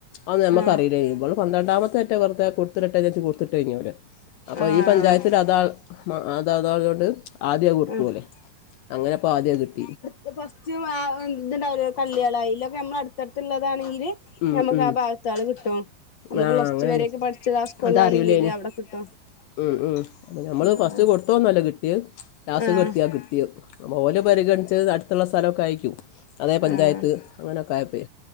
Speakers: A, on the left; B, on the left.
A: അത് നമക്കറീലൈന്ന്
B: ആഹ്
A: ഇവള് പത്രണ്ടാമത്തെറ്റെ വെറുതെ കൊടുത്തിടട്ടേച്ചിട്ട് കൊടുത്ത്ട്ടെ ഞ്ഞേര്. അപ്പൊ
B: ആഹ്
A: ഈ പഞ്ചായത്തിലതാൾ അതാ തായതേണ്ട്. ആദ്യ അയ്കൊടുക്കാല
B: ആഹ്
A: അങ്ങനെ പ്പോ ആദ്യത് കിട്ടി.
B: ദ് ഫസ്റ്റ് ആ.. ത്ണ്ടാവൂലെ. കളൃള്, അയിലൊക്കെ നമ്മളട്ത്തെടുത്ത് ള്ളതാണ് ഈ. വി
A: ഉം,
B: നമ്മക്കാഭാഗത്താള്
A: ഉം.
B: കിട്ടും. അന്ന്
A: ആ
B: പ്ലസ്.
A: അങ്ങനെയാണ്
B: ടു. വെരെക്കെ പഠിച്ചത്. ആ സ്കൂളിലാണെങ്കിലവടെ
A: അതറിയില്ല ഇനി
B: കിട്ടും.
A: ഉം ഉം നമ്മള്
B: ആഹ്
A: ഫസ്റ്റ് കൊടുത്തോന്നല്ല കിട്ട്യേ. ലാസ്
B: ആഹ്
A: ക്കെത്തിയാ കിട്ടിയ ഓലെ പരിഗണിച്ചത് അടുത്തുള്ള സ്ഥലെക്കായ്ക്കും. അതെ പഞ്ചായത്ത്
B: ആഹ്
A: അങ്ങനെക്കായപ്പെ